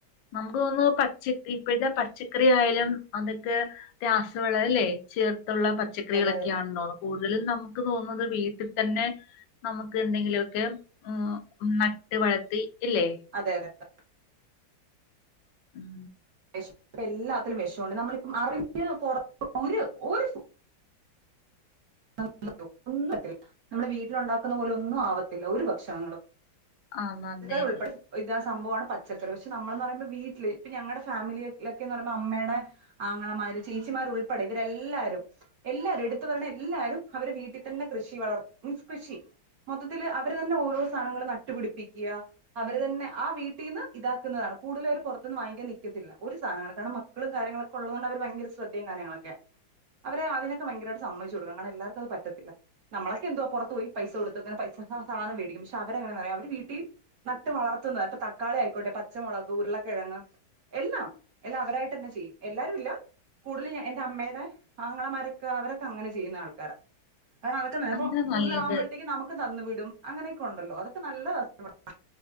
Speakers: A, on the left; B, on the right.
A: നമുക്ക് തോന്നുന്നു പച്ചക്കറി ഇപ്പഴ്‌ത്തെ പച്ചക്കറി ആയാലും അതൊക്കെ രാസവളം അല്ലേ ചേർത്തുള്ള പ ച്ചക്കറികളൊക്കെയണ്
B: അതെ
A: <unintelligible> കൂടുതലും നമുക്ക് തോന്നുന്നത് വീട്ടിൽ തന്നെ നമുക്ക് എന്തെങ്കിലുമൊക്കെ ഉം നട്ട് വളർത്തി ഇല്ലേ
B: അതെ അതെ <unintelligible>
A: ഉം
B: ശ് എല്ലാത്തിലും വെഷോണ്ട് നമ്മളിപ്പം അറിഞ്ഞ് പൊറ ഒര് ഓര് <unintelligible> ഒന്നു എത്തില് നമ്മുടെ വീട്ടിലുണ്ടാക്കുന്ന പോലെ ഒന്നും ആവത്തില്ല ഒരു ഭക്ഷണങ്ങളും
A: ആ നല്ലത്
B: <unintelligible> ഉൾപ്പെട് ഇതാ സംഭവാണ് പച്ചക്കറി പക്ഷേ നമ്മളന്ന് പറയുമ്പോ വീട്ടില് ഇപ്പൊ ഞങ്ങടെ ഫാമിലിയിലൊക്കെന്ന് പറയുമ്പോ അമ്മേടെ ആങ്ങളമാര് ചേച്ചിമാരു ഉൾപ്പെടെ ഇവരെല്ലാരും. എല്ലാരും എടുത്തു പറയ്ണ എല്ലാരും അവര് വീട്ടിതന്നെ കൃഷി വളർ <unintelligible> കൃഷി. മൊത്തത്തില് അവര് തന്നെ ഓരോ സാധനങ്ങള് നട്ടുപിടിപ്പിക്യാ. അവര് തന്നെ ആ വീട്ടിന്ന് ഇതാക്കുന്നതാണ് കൂടുതല് അവര് പൊർത്ത്ന്ന് വാങ്ങിക്കാൻ നിക്കത്തില്ല ഒരു സാധനങ്ങള് കാരണം മ ക്കളും കാര്ങ്ങളക്കെ ഉള്ളതൊണ്ട് അവര് ഭയങ്കര ശ്രദ്ധയും കാര്യങ്ങളൊക്കെ. അവരെ അതിനൊക്കെ ഭയങ്കരമായിട്ട് സമ്മതിച്ച് കൊടുക്കണം കാരണം എല്ലർക്കും അത് പറ്റത്തില്ല. നമ്മളൊക്ക എന്തുവ പുറത്ത് പോയി പൈസ കൊടുത്ത് ക്കെ ഇങ്ങനെ പൈസഹാ സാധനമേടിക്കും പക്ഷെ അവരെങ്ങനെഅറിയോ അവര് വീ ട്ടി നട്ട് വളർത്തുന്നത് പ്പൊ തക്കാളി ആയിക്കോട്ടെ പച്ചമുളക്, ഉരുളക്കിഴങ്ങ്. എല്ലാം എല്ലാ അവരായിട്ട് തന്നെ ചെയ്യും എല്ലാരും ഇല്ല. കൂടുതൽ എന്റെ അമ്മേടെ ആങ്ങളമാരൊക്കെ അവരൊക്കെ അങ്ങനെ ചെയ്യുന്ന ആൾക്കാരാ. ആഹ് അതൊക്കന്നെ അപ്പൊ
A: അതാ
B: കൂടുതാലകുമ്പോഴത്തേക്കും
A: നല്ലത്
B: നമുക്ക് തന്നു വിടും അങ്ങനെയൊക്കെ ഉണ്ടല്ലോ അതൊക്കെ നല്ലതാ <unintelligible>